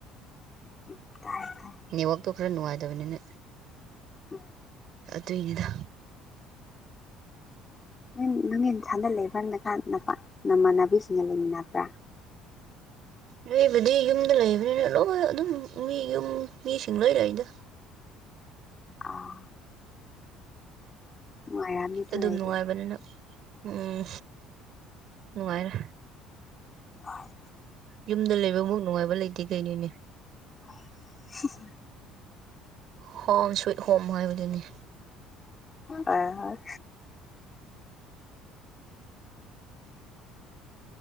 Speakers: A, on the left; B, on the right.
A: ꯎꯝ ꯄꯥꯡꯄ
B: ꯅꯦꯠꯋꯥꯛꯇꯣ ꯈꯔ ꯅꯨꯡꯉꯥꯏꯇꯕꯅꯤꯅ
A: ꯎꯝ
B: ꯑꯗꯨꯏꯅꯤꯗ
A: <unintelligible> ꯅꯃꯥꯟꯅꯕꯤꯁꯤꯡꯒ ꯂꯩꯃꯤꯟꯅꯕ꯭ꯔꯥ
B: ꯅꯕꯨꯗꯤ ꯌꯨꯝꯗ ꯂꯩꯕꯅꯤꯅ ꯂꯣꯏ ꯑꯗꯨꯝ ꯃꯤ ꯌꯨꯝ ꯃꯤꯁꯤꯡ ꯂꯣꯏ ꯂꯩꯏꯗ
A: ꯑꯥ ꯅꯨꯡꯉꯥꯏꯔꯝꯅꯤ ꯑꯗꯨ
B: ꯑꯗꯨꯝ
A: ꯑꯣꯏꯔꯗꯤ
B: ꯅꯨꯡꯉꯥꯏꯕꯅꯤꯅ ꯎꯝ ꯅꯨꯡꯉꯥꯏꯔ
A: ꯑ
B: ꯌꯨꯝꯗ ꯂꯩꯕꯃꯨꯛ ꯅꯨꯡꯉꯥꯏꯕ ꯂꯩꯇꯦ ꯀꯩꯅꯩꯅꯣꯅꯦ
A: <inaudible>
B: ꯍꯣꯝ ꯁꯨꯋꯤꯠ ꯍꯣꯝ ꯍꯥꯏꯕꯗꯨꯅꯤ
A: ꯑ